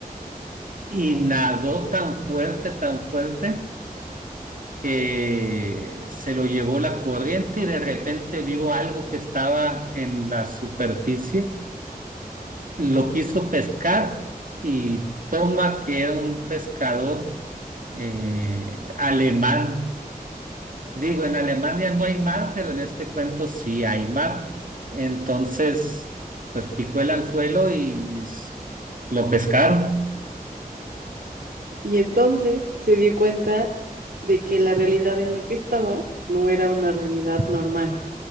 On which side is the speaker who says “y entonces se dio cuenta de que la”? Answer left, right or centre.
Right